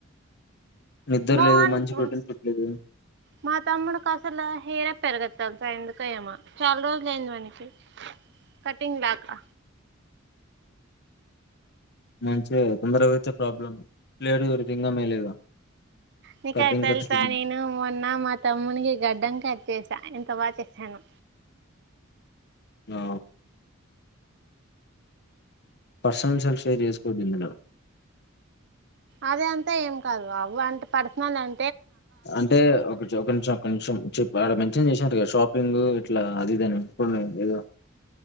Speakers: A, on the left; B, on the right.
A: నిద్ర
B: మోహన్
A: లేదు మంచి
B: కు
A: ప్రోటీన్ ఫుడ్ లేదు
B: మా తమ్ముని అ అసలు హెయిర్ పెరగదు తెల్సా ఎందుకో ఏమో చాలా రోజులు అయింది వానికి కటింగ్ లేకా
A: మంచిదిగా తొందరగాతే ప్రాబ్లమ్ లేటు పెరిగితే ఇంగ మేలేగా
B: నికెల్
A: కటింగ్
B: తెల్సా
A: ఖర్చు
B: నీను మొన్న మా తమ్మునికి గడ్డం కట్చే చ ఎంత బాగా చేసాను
A: ఆ పర్సనల్ సెల్ఫి తిసుకోండి ఇందులో
B: అదే అంతా ఏం కాదు అవంటే పర్సనల్ అం
A: అంటే ఒక నిమిషం ఒక నిమిషం అక్కడ మెన్షన్ చేసినారు కదా షాపింగ్ అట్లా అదిదని పుల్ల ఏదో